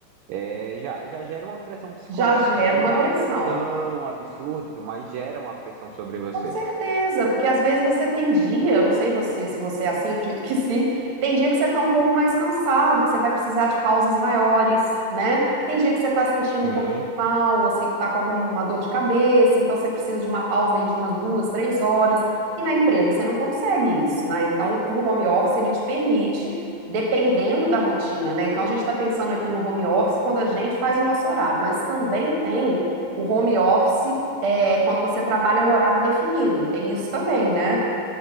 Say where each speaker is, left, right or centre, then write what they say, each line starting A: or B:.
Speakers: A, on the right (about 80°); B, on the right (about 60°).
A: É, já, já gera uma pressão psicológica,
B: Já gera
A: né? Nada
B: uma pressão.
A: tão absurdo, mas gera uma pressão sobre você.
B: Com certeza, porque às vezes você tem dia, eu não sei você, se você é assim, acredito que sim, tem dia que você está um pouco mais cansado, que você vai precisar de pausas maiores, né? Tem dia que você está sentindo
A: Sim.
B: um pouco mal, assim, que está com alguma dor de cabeça, então você precisa de uma pausa aí de umas duas, três horas, e na empresa você não consegue isso, né? Então o home office ele te permite, dependendo da rotina, né? Então a gente está pensando aqui no home office quando a gente faz o nosso horário, mas também tem o home office é, quando você trabalha em um horário definido. Tem isso também, né?